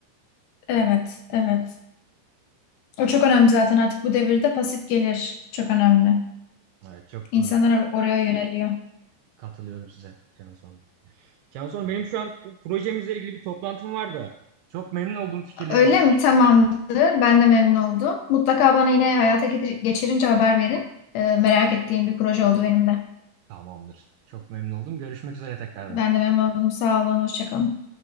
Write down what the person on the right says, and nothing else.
Evet,
evet çok
doğru
katılıyorum size Canson. Canson benim şu an bu projemizle ilgili bir toplantım var da çok memnun oldum fikirleriniz
için.
Tabii.
Tamamdır. Çok memnun oldum. Görüşmek üzere tekrardan.